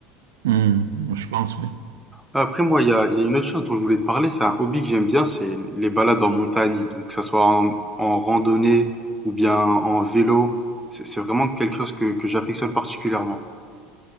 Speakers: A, on the right (about 65°); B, in the centre.
A: Hmm, je pense, oui.
B: Après, moi, il y a, il y a une autre chose dont je voulais te parler, c'est un hobby que j'aime bien, c'est les balades en montagne. Donc, que ça soit en, en randonnée ou bien en vélo, c'est c'est vraiment quelque chose que, que j'affectionne particulièrement.